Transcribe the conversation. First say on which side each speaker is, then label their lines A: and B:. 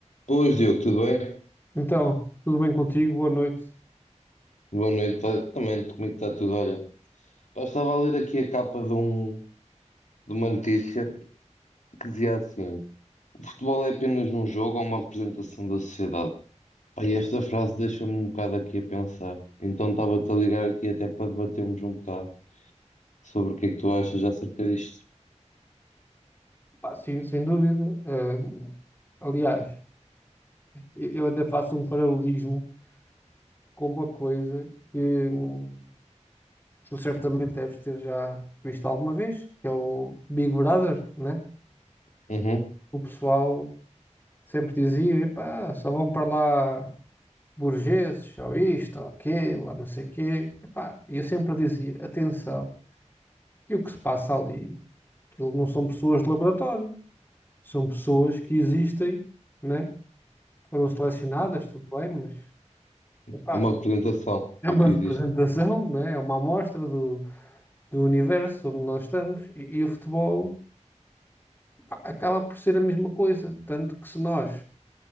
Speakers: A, on the left; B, on the left.
A: pois Diogo, tudo bem?
B: Então, tudo bem contigo? Boa noite.
A: Boa noite, tá- também comigo está tudo. Olha, eu estava a ler aqui a capa de, um, de uma notícia que dizia assim: o futebol é apenas um jogo ou uma representação da sociedade. Pá, e esta frase deixa-me um bocado aqui a pensar. Então estava-te a ligar aqui até para debatermos um bocado sobre o que é que tu achas acerca disto.
B: Pá, sim, sem dúvida. Eh, aliás, eu eu até faço um paralelismo com uma coisa que hum, tu certamente deves ter já visto alguma vez, que é o Big Brother, né?
A: Uhum.
B: O pessoal sempre dizia, epá, só vão para lá burgueses, ou isto, ou aquilo, ou não sei o quê. Epá, e eu sempre dizia, atenção, que o que se passa ali, aquilo não são pessoas de laboratório, são pessoas que existem né? Foram selecionadas, tudo bem, mas epá,
A: É uma representação
B: é
A: do
B: uma
A: que
B: representação,
A: existe.
B: não é? É uma amostra do, do universo onde nós estamos e, e o futebol pá, acaba por ser a mesma coisa. Tanto que se nós